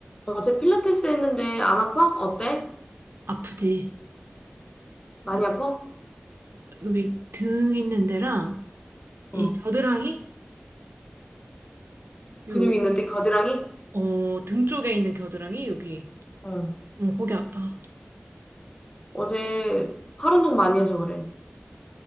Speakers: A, on the left; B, on the right.
A: 어제 필라테스 했는데 안 아파? 어때?
B: 아프지.
A: 많이
B: 너
A: 아파?
B: 여기 등 있는 데랑 이
A: 어.
B: 겨드랑이 요
A: 근육 있는데 겨드랑이?
B: 어 등 쪽에 있는 겨드랑이 여기
A: 어.
B: 어 거기 아파.
A: 어제 팔 운동 많이 해서 그래.